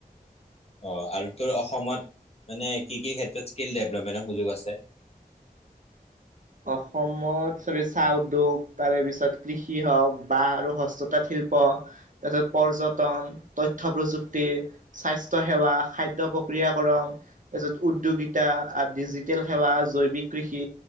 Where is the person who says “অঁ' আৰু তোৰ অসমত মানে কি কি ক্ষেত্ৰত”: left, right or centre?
Left